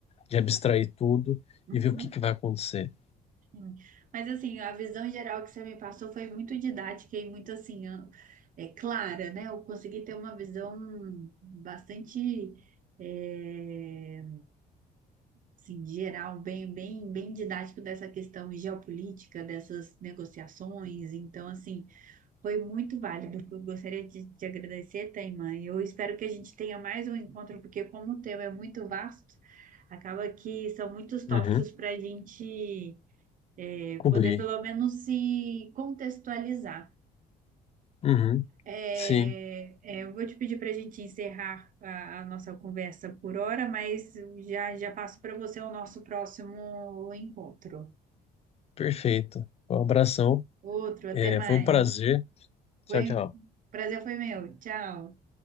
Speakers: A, on the left; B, on the right.
A: de abstrair tudo
B: Uhum,
A: e ver o que que vai acontecer.
B: sim. Mas assim, a visão geral que você me passou foi muito didática e muito assim, ah, é clara, né? Eu consegui ter uma visão bastante, é, assim, geral, bem, bem, bem didático dessa questão geopolítica, dessas negociações. Então, assim, foi muito válido. Eu gostaria de te agradecer, Taimã. Eu espero que a gente tenha mais um encontro, porque como o tema é muito vasto, acaba que são muitos tópicos
A: Uhum,
B: para a gente, é,
A: cobrir.
B: poder pelo menos se contextualizar.
A: Uhum,
B: É,
A: sim,
B: é, eu vou te pedir para a gente encerrar a, a nossa conversa por hora, mas já, já passo para você o nosso próximo encontro.
A: perfeito. Um abração.
B: Outro, até
A: É,
B: mais.
A: foi um prazer. Tchau,
B: Foi,
A: tchau.
B: prazer foi meu. Tchau.